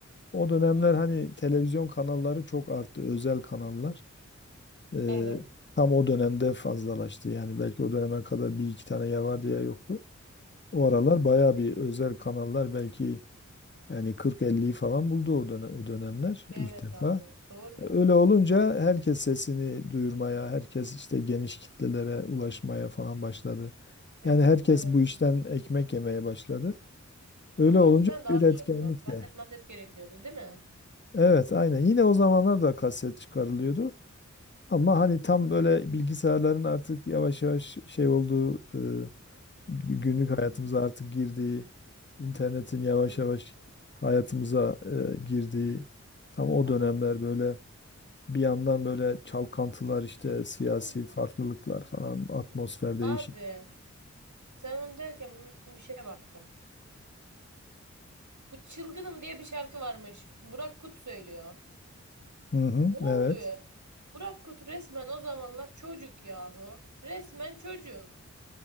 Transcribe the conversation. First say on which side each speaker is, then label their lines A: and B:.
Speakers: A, on the left; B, on the right.
A: O dönemler
B: Hı,
A: hani televizyon kanalları çok arttı. Özel kanallar. Ee,
B: evet.
A: tam o dönemde fazlalaştı. Yani belki o döneme kadar bir iki tane ya vardı ya yoktu. O
B: Hmm.
A: aralar bayağı bir özel kanallar belki yani 40-50'yi falan buldu o dönem, o dönemler
B: Evet
A: ilk defa.
B: abi doğru.
A: Öyle olunca herkes sesini duyurmaya, herkes işte geniş kitlelere ulaşmaya falan başladı.
B: Evet
A: Yani herkes
B: evet.
A: bu işten ekmek yemeye başladı. Öyle
B: Ama
A: olunca
B: önceden daha
A: üretkenlik
B: zordu. Kaset
A: de.
B: maset gerekiyordu değil mi?
A: Evet, aynen. Yine o zamanlar da kaset çıkarılıyordu. Ama
B: Hı
A: hani
B: hı.
A: tam böyle bilgisayarların artık yavaş yavaş şey olduğu, e, günlük
B: Hmm.
A: hayatımıza artık girdiği, internetin yavaş
B: Ben-
A: yavaş hayatımıza e, girdiği tam o
B: Tabii.
A: dönemler böyle Bir yandan böyle çalkantılar işte siyasi
B: Tabii.
A: farklılıklar falan atmosfer
B: Abi
A: değişik.
B: Sen onu derken hmm, bir şeye baktım. Bu Çılgınım diye bir şarkı varmış. Burak Kut söylüyor.
A: Hı hı,
B: O
A: evet.
B: be. Burak Kut resmen o zamanlar çocuk yahu. Resmen çocuk.